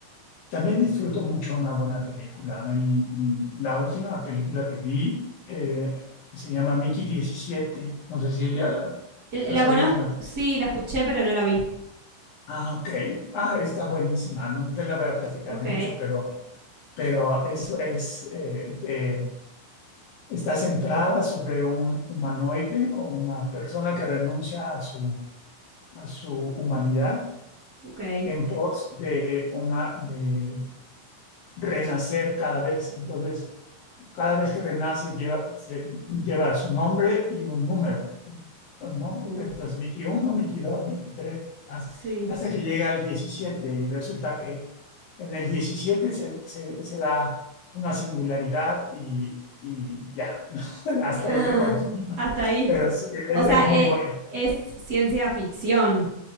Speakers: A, on the left; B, on the right.
A: también disfruto mucho una buena película. El- la última película que vi eh, se llama Mickey diecisiete No sé si ella la,
B: ¿La
A: la has oído.
B: conozco? Sí, la escuché, pero no la vi.
A: Ah, ok. Ah, está buenísima. No te la voy a platicar
B: Ok,
A: mucho, pero, pero eso es, eh, de- está centrada sobre un humanoide o una persona que renuncia a su, a su humanidad
B: ok.
A: en pos de, una, de renacer cada vez. Entonces, Cada vez que renaces lleva, se- lleva su nombre y un número, ¿no?
B: Mm,
A: Entonces, Miki 1, Miki 2, Miki 3, hasta,
B: sí.
A: hasta que llega al 17 y resulta que en el 17 se, se- se da una singularidad y, y ya, <laughs>
B: <laughs>
A: hasta
B: Ajá,
A: ahí te cuento.
B: Hasta ahí.
A: Pero sí, es,
B: O sea,
A: es muy
B: eh,
A: bueno.
B: es ciencia ficción.